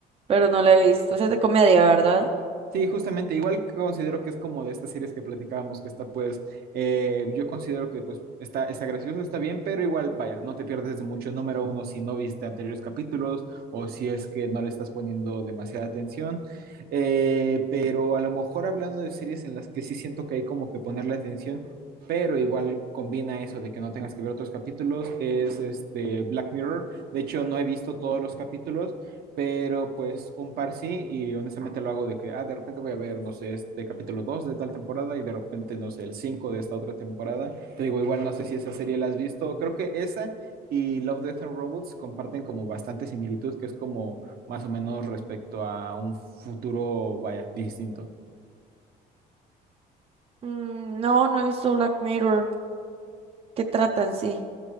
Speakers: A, on the right; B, on the right.
A: pero no la he visto. Esa es de comedia, ¿verdad?
B: Sí, justamente, igual considero que es como de estas series que platicábamos, que está pues, eh, yo considero que pues está, está gracioso, está bien, pero igual, vaya, no te pierdes de mucho. Número uno, si no viste anteriores capítulos o si es que no le estás poniendo demasiada atención, Eh, pero a lo mejor hablando de series en las que sí siento que hay como que ponerle atención, pero igual combina eso de que no tengas que ver otros capítulos, es este Black Mirror. De hecho, no he visto todos los capítulos pero pues un par sí, y honestamente lo hago de que, ah, de repente voy a ver, no sé, este capítulo 2 de tal temporada y de repente, no sé, el 5 de esta otra temporada. Te digo, igual no sé si esa serie la has visto, creo que esa y Love, Death and Robots comparten como bastante similitud, que es como más o menos respecto a un futuro, vaya, distinto.
A: Mm, no, no he visto Black Mirror. ¿Qué tratan? Sí.